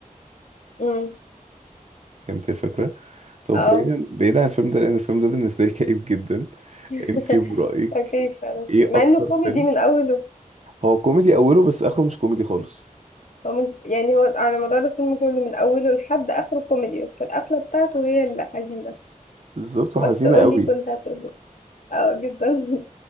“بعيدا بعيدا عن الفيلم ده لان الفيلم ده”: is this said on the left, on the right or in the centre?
Right